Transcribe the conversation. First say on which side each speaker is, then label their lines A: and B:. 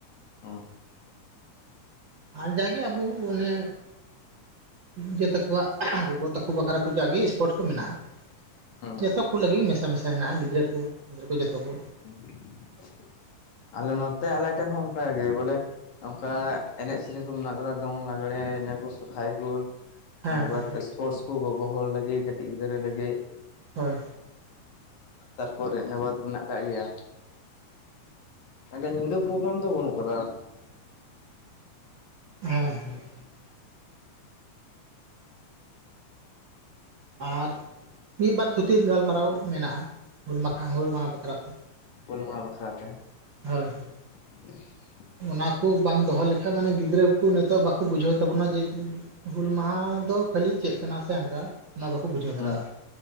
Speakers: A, on the left; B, on the right.
A: ᱚᱸ <inaudible>
B: ᱟᱨ ᱡᱟᱜᱮ ᱟᱵᱚ ᱚᱱᱮ ᱡᱚᱛᱚ ᱠᱚᱣᱟᱜ ᱜᱚᱜᱚ ᱛᱟᱠᱚ ᱵᱟᱠᱷᱨᱟ ᱠᱚ ᱡᱟᱜᱮ ᱤᱥᱯᱚᱴ ᱠᱚ ᱢᱮᱱᱟᱜᱼᱟ᱾
A: ᱦᱩᱸ
B: ᱡᱚᱛᱚ ᱠᱚ ᱞᱟᱹᱜᱤᱫ ᱢᱮᱥᱟ ᱢᱮᱥᱟ ᱦᱮᱱᱟᱜᱼᱟ᱾ ᱜᱤᱫᱽᱨᱟᱹ ᱠᱚ ᱜᱤᱫᱽᱨᱟᱹ ᱠᱚ ᱡᱚᱛᱚ ᱠᱚ
A: ᱦᱮ <inaudible> ᱟᱞᱮ ᱱᱚᱛᱮ ᱟᱞᱮ ᱴᱷᱮᱡ ᱦᱚᱸ ᱚᱱᱠ ᱜᱮ ᱵᱚᱞᱮ ᱚᱝᱠᱟ ᱮᱱᱮᱡ ᱥᱮᱨᱮᱧ ᱠᱚ ᱢᱮᱱᱟᱜ ᱠᱟᱫᱟ ᱫᱚᱝ ᱞᱟᱜᱽᱲᱮ ᱤᱱᱟᱹ ᱠᱚ ᱥᱚᱨᱦᱟᱭ ᱠᱚ᱾
B: ᱦᱮᱸ
A: ᱤᱱᱟᱹ ᱵᱟᱫᱽ
B: ᱦᱮᱸ
A: ᱤᱥᱯᱳᱴᱥ ᱠᱚ ᱜᱚᱜᱚ ᱦᱚᱲ ᱞᱟᱹᱜᱤᱫ, ᱠᱟᱹᱴᱤᱡ ᱜᱤᱫᱽᱨᱟᱹ ᱞᱟᱹᱜᱤᱫ᱾
B: ᱦᱳᱭ
A: ᱛᱟᱨᱯᱚᱨ ᱤᱱᱟᱹ ᱵᱟᱫᱽ ᱢᱮᱱᱟᱜ ᱟᱠᱟᱜ ᱜᱮᱭᱟ <unintelligible> ᱧᱤᱫᱟᱹ ᱯᱨᱳᱜᱨᱟᱢ ᱫᱚ ᱵᱟᱹᱱᱩᱜ ᱟᱠᱟᱫᱟ <inaudible>
B: ᱦᱮᱸ ᱦᱮᱸ ᱟᱨ ᱢᱤᱫᱵᱟᱨ ᱛᱷᱩᱛᱤ ᱜᱟᱞᱢᱟᱨᱟᱣ ᱢᱮᱱᱟᱜᱼᱟ᱾ ᱦᱩᱞᱢᱟᱠᱷᱟ ᱦᱩᱞ ᱢᱟᱦᱟ ᱵᱟᱠᱷᱨᱟᱛᱮ᱾
A: ᱦᱩᱞ ᱢᱟᱦᱟ ᱵᱟᱠᱷᱨᱟᱛᱮ᱾
B: ᱦᱚᱭ ᱦᱳᱭ᱾
A: <inaudible>
B: ᱚᱱᱟᱠᱩ ᱵᱟᱝ ᱫᱚᱦᱚ ᱞᱮᱠᱷᱟᱡ ᱢᱟᱱᱮ ᱜᱤᱫᱽᱨᱟᱹᱠᱩ ᱱᱤᱛᱚᱜ ᱵᱟᱠᱚ ᱵᱩᱡᱷᱟᱹᱣ ᱛᱟᱵᱚᱱᱟ ᱡᱮ <inaudible> ᱦᱩᱞ ᱢᱟᱦᱟ ᱫᱚ ᱠᱷᱟᱹᱞᱤ ᱪᱮᱫ ᱠᱟᱱᱟ ᱥᱮ ᱦᱟᱱᱠᱟ᱾ ᱚᱱᱟ ᱵᱟᱠᱚ ᱵᱩᱡᱷᱟᱹᱣ
A: ᱦᱩᱸ
B: ᱫᱟᱲᱮᱭᱟᱜᱼᱟ᱾ <unintelligible>